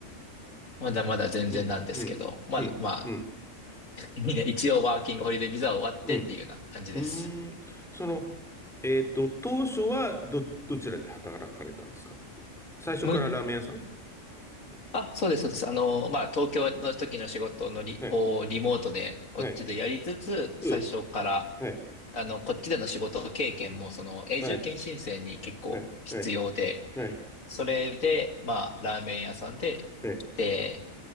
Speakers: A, on the left (about 85°); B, in the centre.
A: まだまだ全然なんですけど、
B: うん。うん。
A: まだ、
B: うん。
A: まあ、
B: うん。
A: <laughs> にねん一応ワーキングホリデービザ終わってっていうような感じです。
B: うん。うーん、その、えっと、当初はど、どちらで働かれたんですか最初からラーメン屋さん
A: 向あ、そうです、そうです。あの、まあ、東京の時の仕事のリ、
B: はい、
A: をリモートで、こっちでやりつつ、
B: はい、うん、
A: 最初から、
B: はい、
A: あの、こっちでの仕事経験も、その、永住権申請に結構必要で、
B: はい、はい、はい、はい、
A: それで、まあ、ラーメン屋さんで、
B: はい。
A: で、